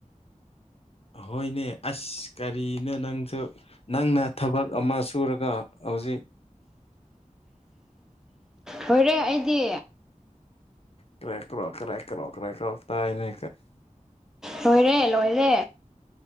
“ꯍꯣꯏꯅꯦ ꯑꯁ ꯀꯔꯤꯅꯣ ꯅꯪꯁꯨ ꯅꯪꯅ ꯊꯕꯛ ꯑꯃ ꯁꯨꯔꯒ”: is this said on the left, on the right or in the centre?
Left